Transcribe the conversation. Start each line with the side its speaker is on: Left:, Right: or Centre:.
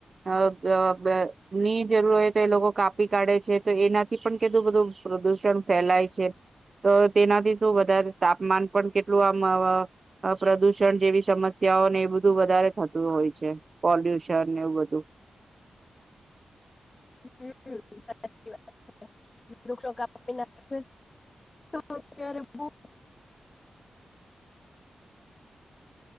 Right: અ અ ની જરૂર હોય તો એ લોકો કાપી કાઢે છે તો એનાથી પણ કેટલું બધું પ્રદૂષણ ફેલાય છે, તો તેનાથી શું વધારે તાપમાન પણ કેટલું આમ પ્રદુષણ જેવી સમસ્યાઓને એ બધું વધારે થતું હોય છે. પોલ્યુશન એવું બધું
Left: હમ. સાચી વાત છે વૃક્ષો કાપી નાખશે તો અત્યારે બો